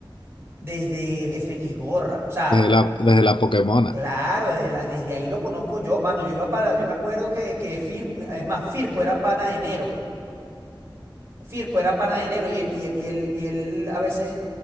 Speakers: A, on the right; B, on the left.
A: desde FX Gorra. O sea,
B: desde la desde la Pokémona.
A: Claro, desde, la- desde ahí lo conozco yo, mano. Yo iba para, yo me acuerdo que, que Fir, es más, Firpo era pana de enero. Firpo era pana de enero y él, y él, y él, y él a veces